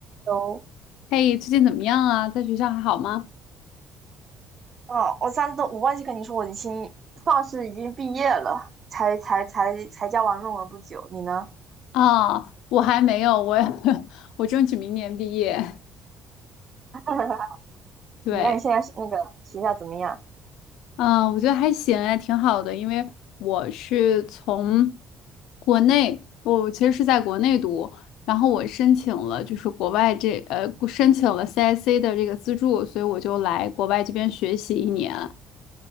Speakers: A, on the right; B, on the left.
A: 有，
B: 嘿，最近怎么样啊？在学校还好吗？
A: 哦，我上次我忘记跟你说，我已经算是已经毕业了，才才才才交完论文不久。你呢？
B: 啊，我还没有，我 <laughs> 我争取明年毕业。
A: <laughs>
B: 对，
A: 你那你现在是那个学校怎么样？
B: 嗯，我觉得还行哎，挺好的，因为我是从国内，我其实是在国内读，然后我申请了就是国外这呃申请了 CIC 的这个资助，所以我就来国外这边学习一年。